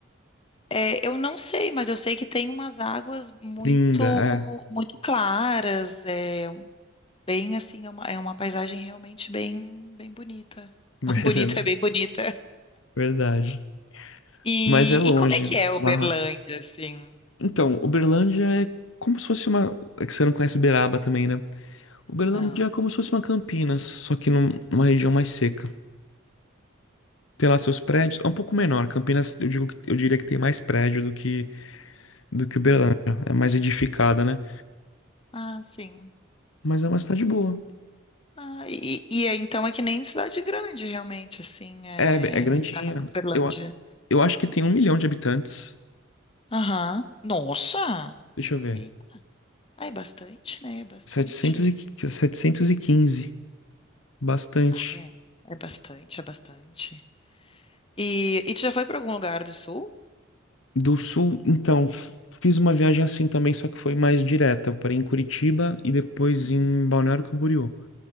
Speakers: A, on the left; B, on the left.
A: É, eu não sei, mas eu sei que tem umas águas muito,
B: Linda, é.
A: muito claras. É bem assim, é uma, é uma paisagem realmente bem, bem bonita.
B: <laughs>
A: <laughs> Bonita,
B: Verdade,
A: é bem bonita.
B: verdade.
A: E,
B: Mas é longe,
A: e como é que
B: né?
A: é Uberlândia,
B: Barrota.
A: assim?
B: Então, Uberlândia é como se fosse uma. É que você não conhece Uberaba também, né? Uberlândia
A: Não.
B: é como se fosse uma Campinas, só que num- numa região mais seca. Tem lá seus prédios, é um pouco menor. Campinas, eu digo, que- eu diria que tem mais prédio do que do que Uberlândia.
A: Ah,
B: É mais edificada, né?
A: ah, sim.
B: Mas é uma cidade boa.
A: Ah, e, e é, então é que nem cidade grande, realmente, assim, é,
B: É, é grandinha.
A: a Uberlândia.
B: Eu, a- eu acho que tem um milhão de habitantes.
A: Aham. Nossa!
B: Deixa eu ver.
A: Eita. Ah, é bastante, né? É bastante.
B: setecentos e, 715, bastante.
A: Ah, é. É bastante, é bastante. E, e tu já foi para algum lugar do sul?
B: Do sul, então, f- fiz uma viagem assim também, só que foi mais direta. Eu parei em Curitiba e depois
A: Uhum.
B: em Balneário Camboriú.